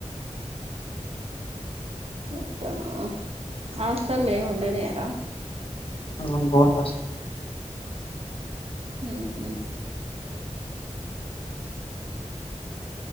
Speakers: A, on the right; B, on the left.
A: మొత్తమా హాస్టల్ల ఏం ఉండనియరా
B: నెన్ బొను ఫస్టు
A: ఉ హు